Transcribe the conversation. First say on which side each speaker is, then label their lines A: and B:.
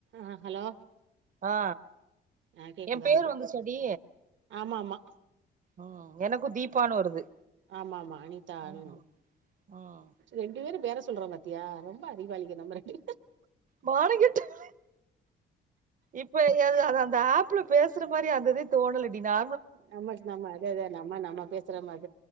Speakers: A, on the right; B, on the right.
A: ஆ ஹலோ
B: ஆ
A: ஆ கேக்குதா
B: என் பேர் வந்து செடி
A: ஆமா ஆமா
B: ம் எனக்கு தீபான்னு வருது
A: ஆமா ஆமா அனிதா அண்
B: ம் ம்
A: ரெண்டு பேரு பேற சொல்றோ பத்தியா ரொம்ப அறிவாளிக நம்ம ரெண்டு
B: மானங்கெட்டவலே இப்ப ஏ அது அந்த ஆப்ல பேசுற மாதிரி அந்ததே தோணலடினா
A: நம்ம நம் அதே அதே நம்ம நம்ம பேசு சில மாரி